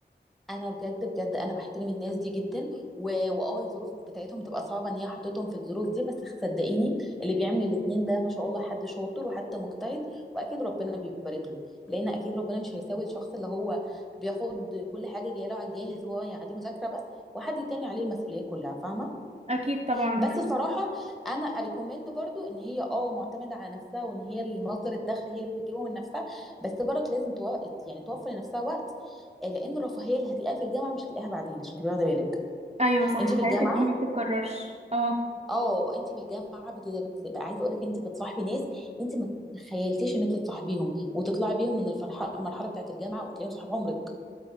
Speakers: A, in the centre; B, on the right.
A: انا بجد بجد انا بحترم الناس دي جدا و... واه الظروف بتاعتهم بتبقى صعبه ان هي حطتهم في الظروف دي بس صدقيني اللي بيعمل الاتنين ده ما شاء الله حد شاطر وحد مجتهد واكيد ربنا بيبارك له لان اكيد ربنا مش هيساوي الشخص اللي هو بياخد كل حاجه جايه له على الجاهز وهو يعني عليه مذاكره بس وحد تاني عليه المسؤوليه كلها فاهمه
B: اكيد طبعا
A: بس
B: و...
A: بصراحة أنا أريكومند برضو إن هي أه معتمدة على نفسها وإن هي المصدر الدخل هي اللي بتجيبه من نفسها بس برك لازم تو... يعني توفر لنفسها وقت آه، لأن الرفاهية اللي هتلاقيها في الجامعة مش هتلاقيها بعدين عشان تبقي واخدة بالك
B: ايوه صح
A: أنت في
B: حياة
A: الجامعة
B: الجامعة بتتكررش اه
A: أه أنت في الجامعة بت... بت... عايزة أقول لك أنت بتصاحبي ناس أنت ما تخيلتيش إن أنت تصاحبيهم وتطلعي بيهم من الفرحة المرحلة بتاعت الجامعة وتلاقيهم صحاب عمرك